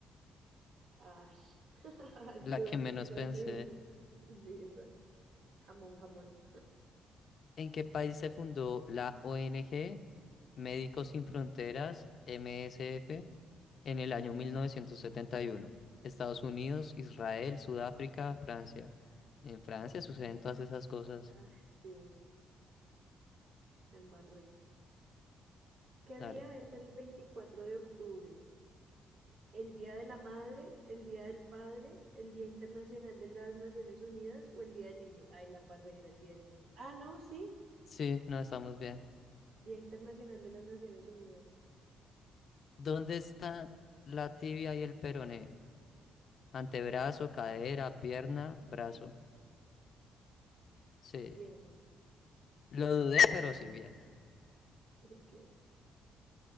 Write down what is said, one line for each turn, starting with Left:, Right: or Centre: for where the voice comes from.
Right: Ah, <laughs> estuve
Left: La que
Right: a
Left: menos
Right: punto
Left: pensé.
Right: de elegirlo. Sí, exacto. Jamón, jamón.
Left: ¿En qué país se fundó la ONG Médicos Sin Fronteras, MSF? En el año 1971, Estados Unidos, Israel, Sudáfrica, Francia. En Francia suceden todas esas cosas.
Right: Ah, sí, la embarré. ¿Qué
Left: Dale.
Right: día es el 24 de octubre? ¿El Día de la Madre, el Día del Padre, el Día Internacional de las Naciones Unidas o el Día del Niño? Ay, la barrera, el Día del Niño. Ah, no, sí.
Left: Sí, no estamos bien.
Right: Día Internacional de las Naciones Unidas.
Left: ¿Dónde está la tibia y el peroné? Antebrazo, cadera, pierna, brazo. Sí,
Right: Pierna.
Left: lo dudé, pero sí, bien.
Right: <laughs> Ok.